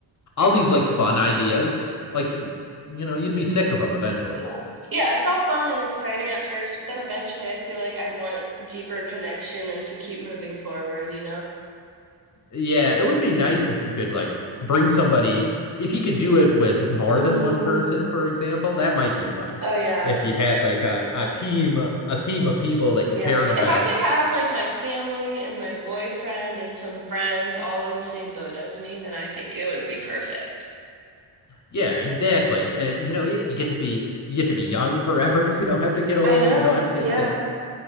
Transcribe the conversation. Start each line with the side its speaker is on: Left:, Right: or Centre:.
Left: all these like fun ideas like you you know you'd be sick of them eventually
Right: Yeah. Yeah, it's all fun and exciting at first, but then eventually I feel like I'd want deeper connection and to keep moving forward, you know?
Left: Yeah, it would be nice if you could like bring somebody, if you could do it with more
Right: Mm.
Left: than one person, for example, that might be fun.
Right: Oh, yeah.
Left: If you'd had like a, a team, a team of people that you
Right: Yeah.
Left: cared about.
Right: If I could have like my family and my boyfriend and some friends all in the same boat as me, then I think it would be perfect.
Left: Yeah, exactly. And you know, you, you get to be you get to be young forever. <laughs> You don't have to get old,
Right: I know.
Left: you don't have to get
Right: Yeah.
Left: sick.